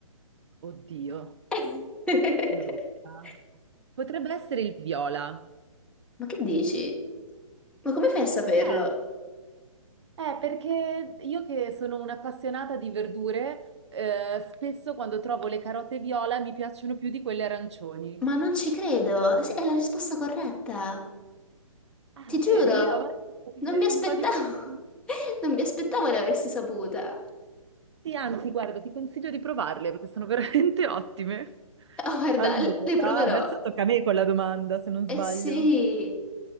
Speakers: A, on the right; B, in the centre.
A: oddio,
B: <laughs>
A: allora, potrebbe essere il viola.
B: Ma che dici? Ma come fai a saperlo?
A: Eh. Eh, perché io che sono un'appassionata di verdure, eh, spesso quando trovo le carote viola mi piacciono più di quelle arancioni.
B: Ma non ci credo, Sì, è la risposta corretta.
A: Ah,
B: Ti giuro,
A: vedi? Avrei
B: non mi aspettavo,
A: un po' di fortuna.
B: <laughs> non mi aspettavo di aversi saputa.
A: Sì, anzi, guarda, ti consiglio di provarle perché sono <laughs> veramente ottime.
B: Oh, guarda,
A: Allora,
B: le proverò.
A: adesso tocca a me con la domanda, se non sbaglio.
B: Eh sì,